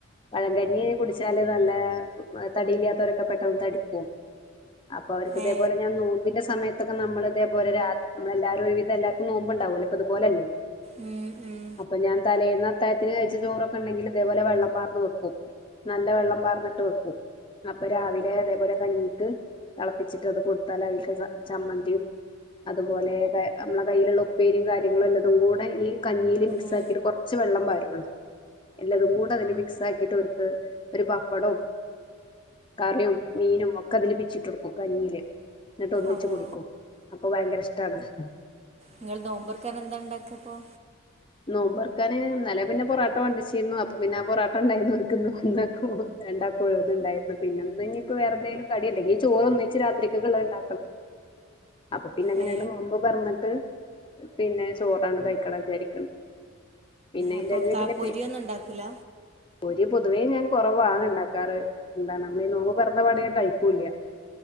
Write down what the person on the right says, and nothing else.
ഏ
ഉം, ഉം,
ആ,
അവോ
നിങ്ങള് നോമ്പുർക്കാനെന്താണ്ടാക്കിപ്പോ?
ഏ
അപ്പോൾ
ക
പൊരിയൊന്നും
ഉണ്ടാക്കൂല